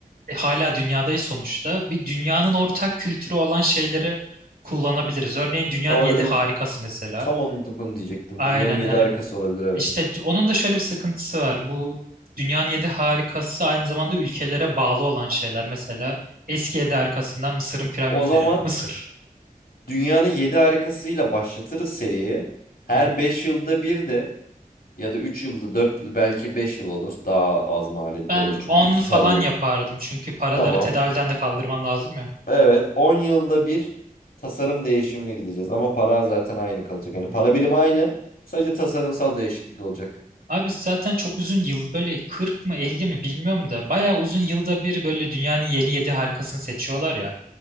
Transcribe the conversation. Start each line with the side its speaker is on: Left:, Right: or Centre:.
Right: e, hala dünyadayız sonuçta. Bir dünyanın ortak kültürü olan şeyleri kullanabiliriz. Örneğin dünyanın
Left: Olabilir.
Right: yedi harikası mesela.
Left: Tam onu da bunu diyecektim.
Right: Aynen
Left: Dünyanın yedi
Right: hani
Left: harikası olabilir evet.
Right: İşte c- onun da şöyle bir sıkıntısı var. Bu dünyanın yedi harikası aynı zamanda ülkelere bağlı olan şeyler. Mesela eski yedi harikasından Mısır'ın piramitleri.
Left: O zaman
Right: Mısır.
Left: dünyanın yedi harikasıyla başlatırız seriye. Her
Right: Hı hı.
Left: 5 yılda bir de Ya da 3 yılda 4 belki 5 yıl olur. Daha az maliyetli
Right: Ben
Left: olur çünkü
Right: 10
Left: iki
Right: falan
Left: her yıl.
Right: yapardım. Çünkü paraları
Left: Tamam.
Right: tedavülden de kaldırman lazım ya.
Left: Evet 10 yılda bir tasarım değişimine gideceğiz ama para zaten aynı kalacak.
Right: Hı
Left: Yani para
Right: hı.
Left: birimi aynı. Sadece tasarımsal değişiklik olacak.
Right: Abi zaten çok uzun yıl böyle 40 mı 50 mi bilmiyorum da bayağı uzun yılda bir böyle dünyanın yeni yedi harikasını seçiyorlar ya.